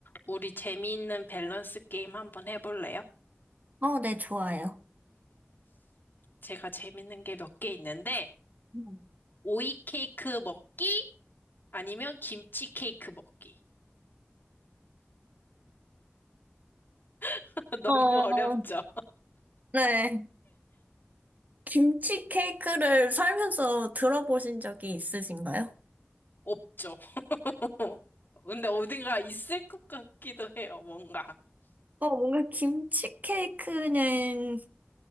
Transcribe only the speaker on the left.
우리 재미있는 밸런스 게임 한번 해볼래요?
제가 재밌는 게 몇 개 있는데,
오이 케이크 먹기 아니면 김치 케이크 먹기. <laughs> 너무
어렵죠?
없죠. <laughs> 근데 어딘가 있을 것 같기도 해요, 뭔가.